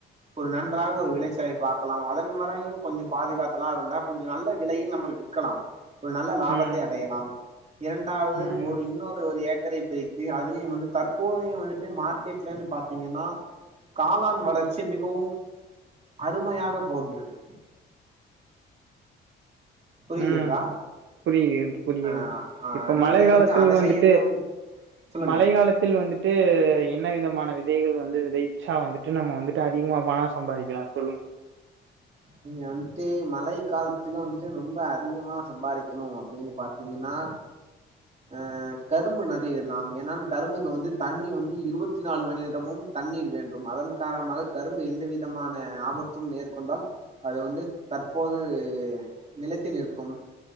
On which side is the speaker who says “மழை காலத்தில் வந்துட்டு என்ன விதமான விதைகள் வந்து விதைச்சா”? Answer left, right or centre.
Right